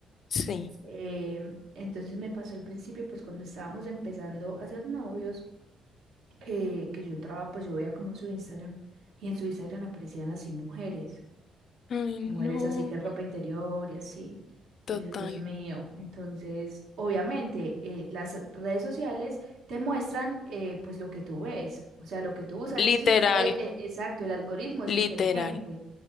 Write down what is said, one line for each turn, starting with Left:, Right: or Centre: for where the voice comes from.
Left: sí.
Right: Eh, entonces me pasó al principio pues cuando estábamos empezando a ser novios, que, que yo entraba pues yo veía como su Instagram y en su Instagram aparecían así mujeres
Left: Ay, no,
Right: mujeres así que en ropa interior y así.
Left: total.
Right: Y yo, Dios mío, entonces, obviamente, eh, las redes sociales te muestran eh, pues lo que tú ves, o sea, lo que tú buscas,
Left: Literal,
Right: eso es, eh, eh, exacto, el algoritmo es
Left: literal,
Right: inteligente.